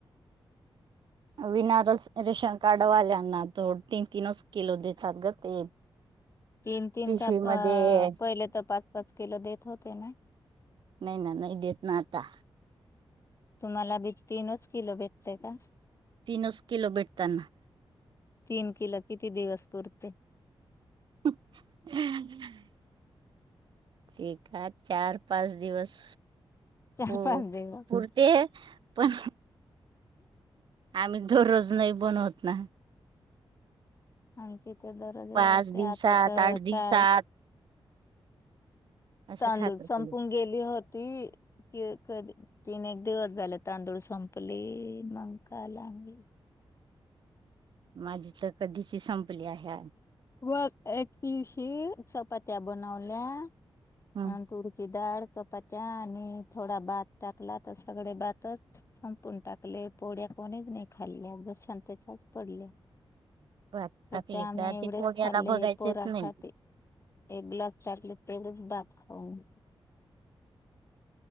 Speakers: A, on the right; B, on the left.
A: <inaudible> विना रस रेशन कार्ड वाल्यांना तो तीन तीनच किलो देतात गं ते.
B: तीन तीन
A: पिशवी
B: का त
A: मध्ये
B: अ पहिले तर पाच पाच किलो देत होते ना.
A: नाही ना नाही देत ना आता.
B: तुम्हाला बी तीनच किलो भेटतय का?
A: तीनच किलो भेटतं ना.
B: तीन किलो किती दिवस पुरते.
A: <inaudible> एका चार, पाच दिवस.
B: चार
A: हो
B: पाच दिवस
A: पुरते पण. आम्ही दररोज नाही बनवत ना.
B: आमची इथ गरज
A: पाच
B: राहते.
A: दिवसात
B: आता तर
A: आठ दिवसात
B: काल
A: असं
B: तांदूळ
A: खातात
B: संपून गेली होती की. कधी तीन एक दिवस झाले तांदूळ संपली. मग काल आणली.
A: माझी तर कधीच संपली आहे आज.
B: व एक दिवशी चपात्या बनवल्या.
A: हं.
B: अनं तुरीची डाळ. चपात्या आणि थोडा भात टाकला तर सगळे भातच संपून टाकले पोळ्या. कोणीच नाही खाल्या तशाच पडल्या
A: भात टाकली
B: तर त्या आम्ही
A: का
B: एवढचं.
A: ते पोळ्याला
B: खाल्ले
A: बघायचेच
B: पोरासाठी
A: नाही
B: एक ग्लास त्यातलं पेज भात खाऊन.